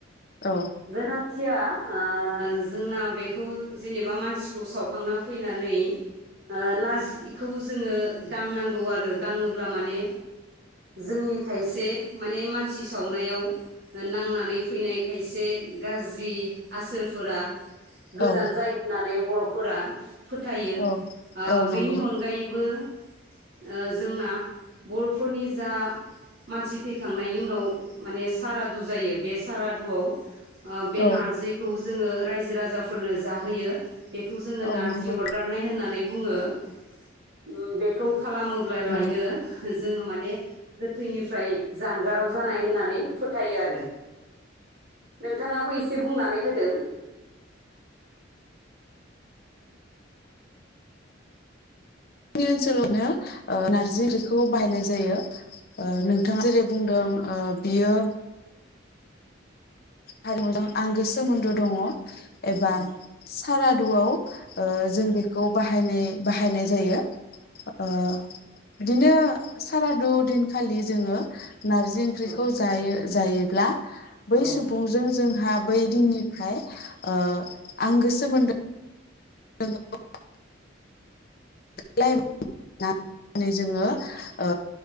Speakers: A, on the left; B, on the right.
A: औ
B: गोनांथिया ओ जोंनाब बेखौ जेनेबा मानसिखौ सावखांना फैनानै ओ नारज इखौ जोङो दांनांगौ आरो दाङोब्ला माने जोंनि खायसे माने मानसि सावनायाव नांनानै फैनाय खायसे गाज्रि आसोरफोरा गोजान
A: औ
B: जायो होननानै बर' फोरा फोथायो
A: औ
B: ओ
A: औ
B: बेनि
A: नंगौ
B: अनगायैबो ओ जोंना बर फोरनि जा मानसि थैखांनायनि उनाव माने सारादु जायो बे सारादुआव ओ बे
A: औ
B: नारजिखौ जोंङो रायजो राजाफोरनो जाहोयो। बेखौ जोंङो
A: औ
B: नारजि
A: नंगौ
B: अरगारनाय होनना नै बुंङो। खालामोब्ला लायनो
A: नंगौ
B: जोंङो माने गोथैनिफ्राय जानगाराव जानाय होननानै फोथायो आरो नोंथाङाबो एसे बुंनानै होदों।
A: जोंनि ओनसोलाव बिदिनो ओ नारजि ओंख्रिखौ बाहायनाय जायो ओ नोंथाङा जेरै बुंदों ओ बियो हारिमु जों आंगो सोमोन्दो दङ। एबा
B: औ
A: सारादुआव ओ जों बेखौ बाहायनाय बाहायनाय जायो। ओ बिदिनो सारादु दिनखालि जोंङो नारजि ओंख्रिखौ
B: औ
A: जायो जायोब्ला बै
B: औ
A: सुबुंजों जों जोंहा बै दिननिफ्राय ओ आंगो सोमोन्दो। <unintelligible> <unintelligible>
B: औ
A: नै जोंङो ओ